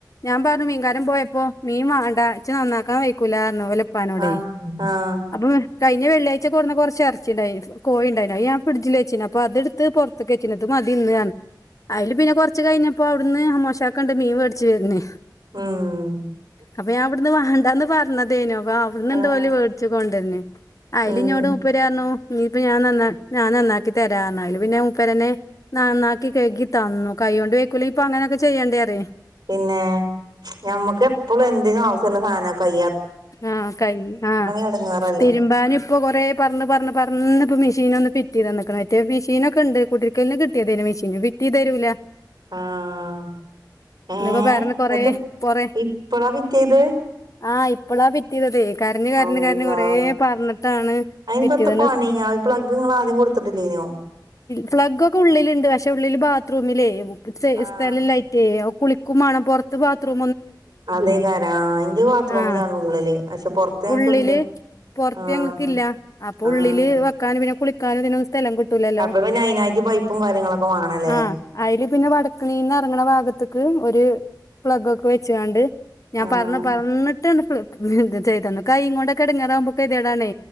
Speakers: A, on the left (about 45°); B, on the right (about 70°).
A: ഞാൻ പറഞ്ഞു മീൻകാരൻ പോയപ്പോ മീൻ വാങ്ങണ്ടാ ഇച്ച് നന്നാക്കാൻ വൈയ്ക്കൂലാന്ന് ഇപ്പാനോടെ
B: ആഹ ആഹ
A: അപ്പോ കഴിഞ്ഞ വെള്ളാഴ്ചക്കെ കൊട്ന്ന കുറച്ച് ഇറച്ചിണ്ടായിനു കോഴി ഉണ്ടായിനു അത് ഞാൻ ഫ്രഡ്ജിൽ വെ ച്ചീനു അപ്പൊ അതെടുത്ത് പുറത്ത് ക്കെച്ചീനു ഇത് മതി ഇന്ന് അതില് പിന്നെ കൊറച്ച് കഴിഞ്ഞപ്പോ അവിടുന്ന് അമ്മോശ കാക്ക ഇണ്ട് മീൻ മേടിച്ചു വര്ന്
B: ഉം
A: അപ്പൊ ഞാൻ അവിടുന്ന് വണ്ടാന്ന് പറഞ്ഞത് അതേനോ അപ്പൊ അവിട്ഇണ്ട്
B: ആഹ്
A: ഓൽമേടിച്ചു കൊണ്ടര്ന്ന് അയില്
B: ഉം
A: ഇഞോട് മുപ്പരറഞ്ഞു നീ അപ്പൊ ഞാൻ നന്നാ ഞാൻ നന്നാക്ക ക്കിതരാഞ്ഞ് അയ്ൽപിന്നെ മുപ്പരന്നെ നന്നാക്കി കഴ്കിതന്നു കൈ കൊണ്ട് വെക്കൂല ഇപ്പൊ അങ്ങനെൊക്കെ ചെയ്യേണ്ടേ അറിയേ
B: പിന്നെ ഞമ്മക്ക് എപ്പളും എന്തെങ്കിലും ആവശ്യമുള സാധനാ കൈ
A: ആഹ കൈ ആഹ
B: എടങ്ങേറല്ലേ
A: തിരുമ്പാനും ഇപ്പൊ കൊറെ പറഞ്ഞ് പറഞ്ഞു പറഞ്ഞപ്പ മി മിഷീൻ ഒന്ന് ഫിറ്റ് ചെയ്തന്ന്ക്ണ് മറ്റേ മെഷീനൊക്കെ ഉണ്ട് കുട്ടിരിക്കല്ന് കിട്ടേതീനു മെഷീന് ഫിറ്റ് ചെയ്ത് തരൂല്ല
B: ആഹ ഏ എന്നിട്ട്
A: ഇന്നിപ്പോ പറഞ്ഞ് കൊറേ കൊറേ
B: ഇപ്പളാ ഫിറ്റെയ്തെ
A: ആഹ് ഇപ്പളാ ഫിറ്റയ്തതേ കരഞ്ഞ് കരഞ്ഞ്
B: അള്ളാ
A: കരഞ്ഞുകൊറെ പറഞ്ഞിട്ടാണ്
B: അയിനിപ്പത്ത
A: ഫിറ്റയ്തന്ന്
B: പണി ആ പ്ലഗ് ഇങ്ങള് ആദ്യം കൊടുത്തിട്ടില്ലേനോ
A: ഫ്ളഗ് ഒക്കെ ഉള്ളിലുണ്ട് പക്ഷെ ഉള്ളില് ബാത്റൂമിലേ സ്
B: ആഹ്
A: സ്ഥലല്ലേയ്റ്റെ കുളിക്കും മാണം പുറത്ത് ബാത്ത്റൂ
B: അതേകാര ആ ഇന്റെ ബാതറൂമിലാണ്
A: ആഹ്
B: ഉള്ളില് പക്ഷെ പൊറത്ത് ഞങ്ങക്ക്ണ്ട്
A: ഉള്ളില് പുറത്ത്
B: ആഹ്
A: ഞങ്ങക്ക്ല്ല അപ്പൊ
B: ആഹ്
A: ഉള്ളില് വെക്കാനും പിന്നെ കുളിക്കാനും ഇതിനൊ സ്ഥലം കിട്ടൂലല്ലോ
B: അപ്പൊ പിന്നെ അയിനായിട്ട് പൈപ്പും കാര്യങ്ങളൊക്കെ വാണല്ലേ
A: ആ അയ്ല് പിന്നെ വടക്കളീന്ന് ഇറങ്ങണ ഭാഗത്തേക്ക് ഒരു പ്ലഗ് ഒക്കെ വെച്ചുകാണ്ട് ഞാൻ
B: ആഹ്
A: പറഞ്ഞു പറഞ്ഞിട്ടാണ് ചെയ്തന്നു കൈ ഇങ്ങോട്ടൊക്കെ ഇടങ്ങറാവുമ്പൊക്ക കെതിയടാണ്